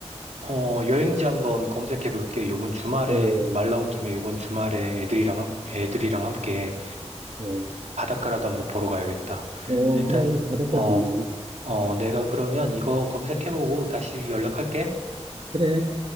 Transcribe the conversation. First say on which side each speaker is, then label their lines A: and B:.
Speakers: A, on the right; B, on the right.
A: 어, 여행지 한번 검색해 볼게. 요번 주말에,
B: 어,
A: 말 나온 김에 요번 주말에 애들이랑, 애들이랑 함께
B: 어,
A: 바닷가라도 한번 보러 가야겠다.
B: 어,
A: 일단,
B: 그래. 바닷가
A: 어,
B: 좋네.
A: 어, 내가 그러면 이거 검색해보고 다시 연락할게.
B: 그래.